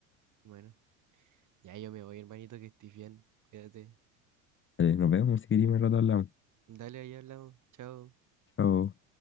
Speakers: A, on the right; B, on the left.
A: Bueno, ya yo me voy, hermanito, que estés bien. Cuídate.
B: Vale, nos vemos si queréis más rato hablamos.
A: Dale, ahí hablamos. Chao.
B: Chao.